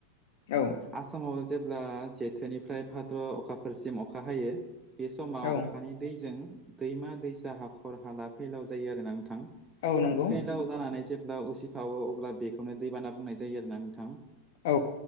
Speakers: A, on the left; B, on the right.
A: औ
B: आसामाव जे जेब्ला जेथोनिफ्राय भाद्र' अखाफोरसिम अखा हायो बे समाव
A: औ
B: अखानि दैजों दैमा दैसा हाखर हाला फैलाव जायो आरोना नोंथां।
A: औ नंगौ।
B: फैलाव जेब्ला उसिफावो अ बेखौनो दैबाना बुंनाय जायो आरोना नोंथां।
A: औ